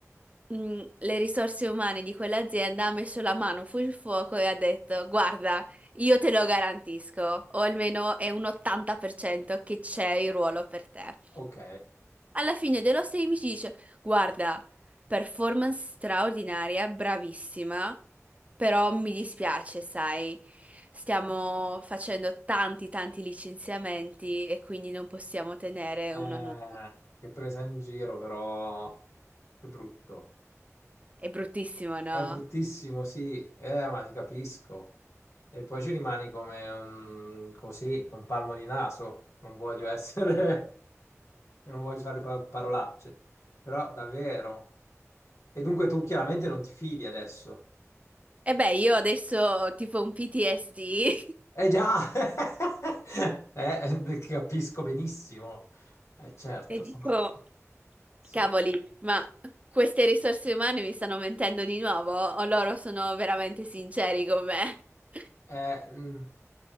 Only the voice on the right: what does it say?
mm, le risorse umane di quell'azienda ha messo la mano sul fuoco e ha detto: Guarda, io te lo garantisco, o almeno è un 80% che c'è il ruolo per te.
Alla fine dello stay mi dice: Guarda, performance straordinaria, bravissima, però mi dispiace, sai, stiamo facendo tanti, tanti licenziamenti e quindi non possiamo tenere
uno nuovo.
È bruttissimo, no?
E beh, io adesso ho tipo un PTSD <laughs>
e dico:
Cavoli, ma queste risorse umane mi stanno mentendo di nuovo o loro sono veramente sinceri con me? <laughs>